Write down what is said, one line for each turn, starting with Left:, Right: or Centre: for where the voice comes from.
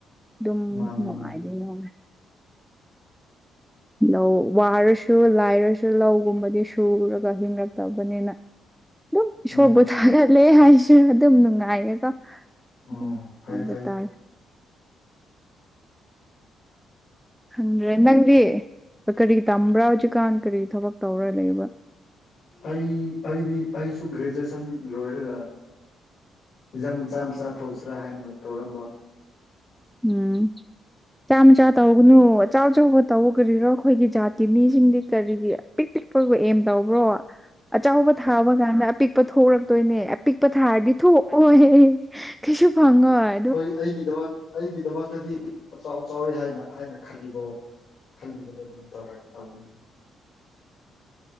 Centre: ꯑꯗꯨꯝ
Left: ꯃꯥꯅꯦ
Centre: ꯅꯨꯡꯉꯥꯏꯗꯤ
Left: ꯃꯥꯅꯦ
Centre: ꯅꯨꯡꯉꯥꯏ ꯂꯧ ꯋꯥꯔꯁꯨ ꯂꯥꯏꯔꯁꯨ ꯂꯧꯒꯨꯝꯕꯗꯤ ꯁꯨꯔꯒ ꯍꯤꯡꯡꯂꯛꯇꯕꯅꯤꯅ ꯑꯗꯨꯝ ꯏꯁꯣꯔꯕꯨ
Left: ꯎꯝ
Centre: ꯊꯥꯒꯠꯂꯦ ꯍꯥꯏꯁꯤ ꯑꯗꯨꯝ ꯅꯨꯡꯉꯥꯏꯌꯦꯗꯥ ꯑꯗꯨꯅꯤ
Left: ꯑꯣ ꯐꯩ
Centre: ꯉꯥꯏꯕꯥ
Left: ꯐꯩ
Centre: ꯇꯥꯔ‌ꯦ ꯈꯪꯗ꯭ꯔꯦ ꯅꯪꯗꯤ ꯀꯔꯤ ꯇꯝꯕ꯭ꯔꯥ ꯍꯧꯖꯤꯛꯀꯥꯟ ꯀꯔꯤ ꯊꯕꯛ ꯇꯧꯔꯥ ꯂꯩꯕ꯭ꯔꯥ
Left: ꯑꯩ ꯑꯩꯗꯤ ꯑꯩꯁꯨ ꯒ꯭ꯔꯦꯖꯨꯑꯦꯁꯟ ꯂꯣꯏꯔꯒ ꯖꯝ ꯃꯆꯥ ꯃꯆꯥ ꯊꯧꯁꯤꯔꯥ ꯍꯥꯏꯅ ꯇꯧꯔꯝꯕ
Centre: ꯎꯝ ꯃꯆꯥ ꯃꯆꯥ ꯇꯧꯒꯅꯨ ꯑꯆꯧ ꯑꯆꯧꯕ ꯇꯧꯕ ꯀꯔꯤꯔꯥ ꯑꯩꯈꯣꯏꯒꯤ ꯖꯥꯠꯀꯤ ꯃꯤꯁꯤꯡꯗꯤ ꯀꯔꯤꯒꯤ ꯄꯤꯛ ꯄꯤꯛꯄꯒ ꯑꯦꯝ ꯇꯧꯕ꯭ꯔꯣ ꯑꯆꯧꯕ ꯊꯥꯕ ꯀꯥꯟꯗ ꯑꯄꯤꯛꯄ ꯊꯣꯛꯔꯛꯇꯣꯏꯅꯦ ꯑꯄꯤꯛꯄ ꯊꯥꯔꯗꯤ ꯊꯣꯛ ꯑꯣꯍ <unintelligible> ꯀꯩꯁꯨ ꯐꯪꯉꫭꯏ
Left: ꯍꯣꯏ ꯑꯩꯒꯤꯗꯃꯛ ꯑꯩꯒꯤ ꯗꯃꯛꯇꯗꯤ ꯑꯆꯥꯎ ꯑꯆꯥꯎꯋꯤ ꯍꯥꯏꯅ ꯍꯥꯏꯅ ꯈꯜꯂꯤꯕ ꯈꯜꯂꯤꯕꯅꯤ ꯑꯗꯨꯝ ꯇꯧꯔ ꯇꯧꯅꯤ